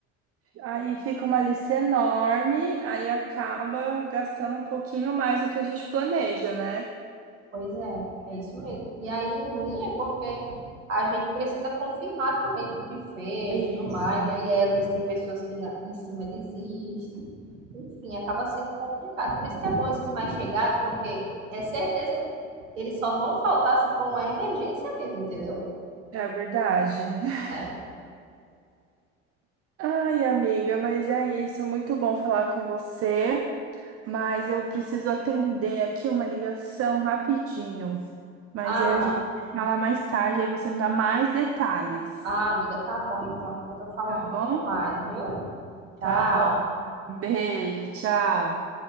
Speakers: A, on the right; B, on the right.
A: aí fica uma lista enorme, aí acaba gastando um pouquinho mais do que a gente planeja, né?
B: Pois é, é isso mesmo. E aí o ruim é porque a gente precisa confirmar também pro buffet
A: Isso,
B: e tudo mais, né? E aí às vezes tem pessoas que na- em cima desistem. Enfim, acaba sendo complicado. Por isso que é bom esses mais chegados, porque é certeza que eles só vão faltar se for uma emergência mesmo, entendeu?
A: é verdade. <laughs>
B: Né?
A: Ai, amiga, mas é isso. Muito bom falar com você. Mas eu preciso atender aqui uma ligação rapidinho. Mas
B: Ah,
A: aí a gente fala mais tarde, aí você me dá mais detalhes,
B: ah, amiga, tá bom então. Depois eu falo
A: tá
B: um pouquinho
A: bom?
B: mais, viu? Tchau.
A: Tá bom. Beijo, tchau.